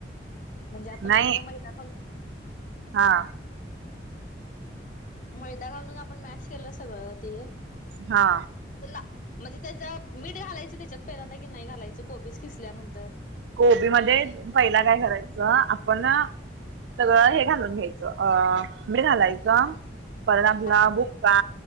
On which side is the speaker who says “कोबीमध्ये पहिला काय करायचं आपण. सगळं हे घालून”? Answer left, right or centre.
Right